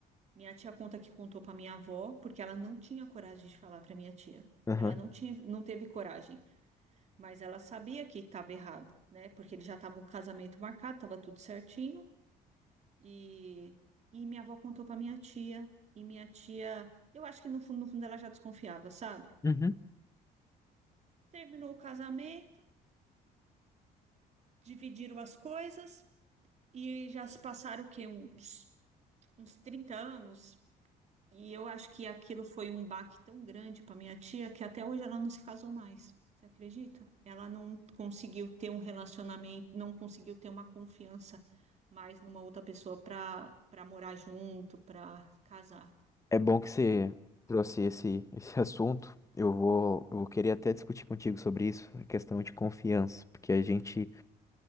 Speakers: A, on the right; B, on the left.
A: Minha tia conta que contou para minha avó, porque ela não tinha coragem de falar para minha tia.
B: Aham.
A: Ela não tinha, não teve coragem. Mas ela sabia que estava errado, né? Porque ele já estava o casamento marcado, estava tudo certinho. E, e minha avó contou para minha tia. E minha tia, eu acho que no fundo, no fundo ela já desconfiava, sabe?
B: Uhum.
A: Terminou o casamento, dividiram as coisas e já se passaram o quê? Uns, uns trinta anos E eu acho que aquilo foi um baque tão grande para minha tia que até hoje ela não se casou mais. Você acredita? Ela não conseguiu ter um relacionamento, não conseguiu ter uma confiança mais numa outra pessoa para para morar junto, para casar.
B: É bom que você trouxe esse, esse assunto. Eu vou, eu vou querer até discutir contigo sobre isso, a questão de confiança, porque a gente,